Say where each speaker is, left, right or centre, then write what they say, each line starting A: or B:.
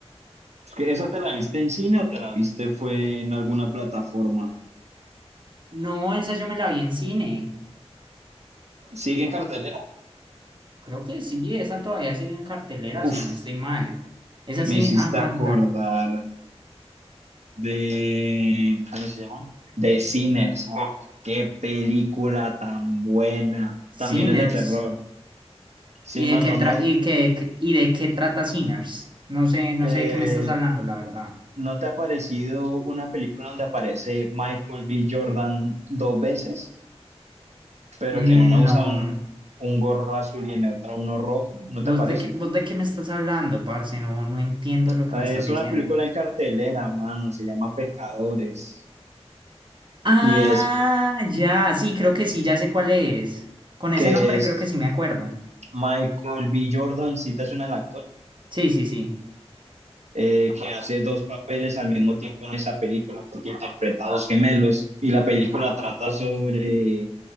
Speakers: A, on the right; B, on the right.
A: Es que ¿esa te la viste en cine o te la viste fue en alguna plataforma?
B: No, esa yo me la vi en cine.
A: ¿Sigue en cartelera?
B: Creo que sí, esa todavía sigue en cartelera,
A: Uf,
B: si no estoy mal. Esa
A: me
B: sí
A: hiciste
B: aguanta.
A: acordar. de, ¿cómo se llama? De Sinners. Uf, qué película tan buena.
B: Sinners.
A: También es de terror. Sí,
B: ¿Y
A: mano,
B: de qué tra-
A: no,
B: y qué- qué- y de qué trata Sinners? No sé, no
A: eh,
B: sé de qué me estás hablando, la verdad.
A: ¿no te ha parecido una película donde aparece Michael B. Jordan dos veces, pero
B: Mm,
A: que en una usa
B: No.
A: un, un gorro azul y en otra uno rojo? ¿No
B: ¿Vos
A: te parece?
B: de qué, vos de qué me estás hablando, parce? No, no entiendo
A: Eh,
B: lo que me estás
A: Es
B: diciendo.
A: una película en cartelera, mano, se llama Pecadores.
B: Ah,
A: Y es
B: ya, sí, creo que sí, ya sé cuál es. Con ese
A: que
B: nombre
A: es
B: creo que sí me acuerdo.
A: Michael B. Jordan, si te suena el actor.
B: Sí, sí, sí.
A: eh, que hace dos papeles al mismo tiempo en esa película, porque interpreta a dos gemelos y la película trata sobre